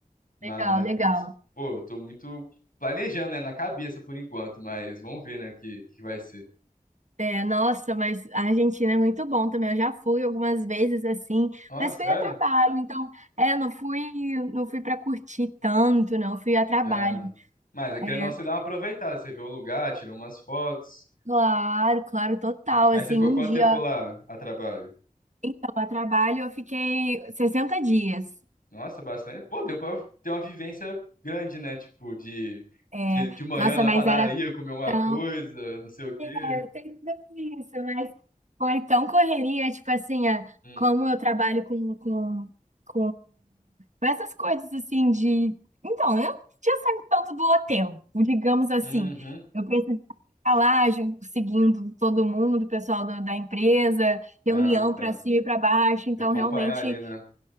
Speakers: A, on the left; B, on the right.
A: Mas,
B: Legal, legal.
A: pô, eu tô muito planejando, né, na cabeça por enquanto, mas vamos ver, né, o que que vai ser.
B: É, nossa, mas a Argentina é muito bom também. Eu já fui algumas vezes assim,
A: Ah,
B: mas
A: sério?
B: fui a trabalho, então, é, não fui, não fui para curtir tanto, não, fui a trabalho.
A: Ah, mas é querendo
B: É,
A: ou não, você dá uma aproveitada, você vê o lugar, tira umas fotos.
B: claro, claro, total.
A: Uhum. Aí
B: Assim,
A: você ficou
B: um
A: quanto
B: dia.
A: tempo lá a trabalho?
B: Então, a trabalho eu fiquei 60 dias.
A: Nossa, bastante. Pô, deu pra ter uma vivência grande, né? Tipo, de
B: É,
A: você ir de manhã
B: nossa,
A: na
B: mas
A: padaria
B: era
A: comer alguma
B: tão.
A: coisa, não sei o quê.
B: É, tem tudo isso, mas foi tão correria, tipo assim, é,
A: Hum.
B: como eu trabalho com, com, com, com essas coisas assim de. Então, eu não tinha saído tanto do hotel, digamos assim.
A: Uhum.
B: Eu precisava ficar lá, jun- seguindo todo mundo, o pessoal da, da empresa, reunião
A: Ah, tá.
B: para cima
A: Tem
B: e para baixo. Então,
A: que Acompanhar
B: realmente.
A: ali, né?